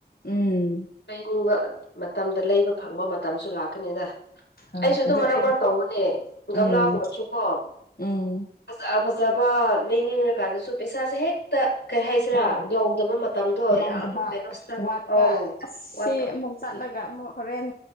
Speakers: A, on the left (about 55°); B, on the left (about 80°).
A: ꯎꯝ
B: ꯂꯩꯅꯤꯡꯕ ꯃꯇꯝꯗ ꯂꯩꯕ ꯐꯪꯕ ꯃꯇꯝ ꯃꯇꯝꯁꯨ ꯂꯥꯛꯀꯅꯤꯗ
A: ꯍꯣꯏ
B: ꯑꯩꯁꯨ ꯑꯗꯨꯝ
A: ꯑꯗꯣ
B: ꯃꯔꯛ
A: ꯑꯩꯅ
B: ꯃꯔꯛ ꯇꯧꯕꯅꯦ ꯒꯝꯂꯥꯒꯨꯝꯕ
A: ꯎꯝ
B: ꯆꯀꯣ
A: ꯎꯝ
B: ꯐꯖ ꯐꯖ ꯐꯖꯕ ꯂꯩꯅꯤꯡꯂ꯭ꯔꯀꯥꯟꯗꯁꯨ ꯄꯩꯁꯥꯁꯦ ꯍꯦꯛꯇ ꯀꯩ ꯍꯥꯏꯁꯤꯔꯥ
A: ꯍꯣꯏ
B: ꯌꯧꯗꯕ ꯃꯇꯝꯗꯣ
A: ꯌꯧꯗꯕ
B: ꯌꯥꯝ ꯀꯩꯅꯣ ꯏꯁꯇꯛ
A: ꯋꯥꯠꯄ
B: ꯑꯧ
A: ꯑꯁꯤ
B: ꯋꯥꯠꯄ
A: ꯑꯃꯨꯛ ꯆꯠꯂꯒ
B: ꯍꯣꯏ
A: ꯑꯃꯨꯛ ꯍꯣꯔꯦꯟ